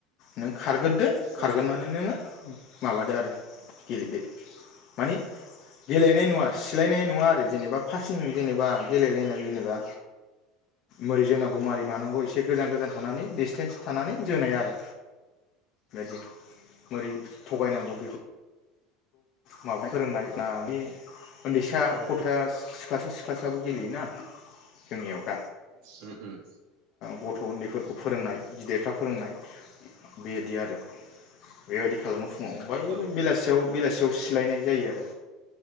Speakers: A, on the left; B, on the right.
A: नों खारग्रोदो खारग्रोनानै
B: औ
A: नोङो माबादो आरो गेलेदो मानि गेलेनाय नङा सिलायनाय नङा आरो जेनेबा पारसिं जेनेबा गेलेलायनाय जेनेबा मोरै जोनांगौ मारोरै मानांगौ एसे बे गोजान गोजान थानानै डिसटेन्स थानानै जोनाय आरो <unintelligible> मोरै थगायनांगौ बेखौ माबा फोरोंनाय <unintelligible> उन्दैसा
B: औ
A: गथ' <unintelligible> सासे सि ख्लासआबो जोंनियाव <unintelligible>
B: उम उम
A: गथ' उन्दैफोरखौ फोरोंनाय गिदिरफ्रा फोरोंनाय। बेदि आरो बेबायदि खालामो फुङाव ओमाय
B: औ
A: बेलासियाव बेलासियाव सिलायनाय जायो आरो।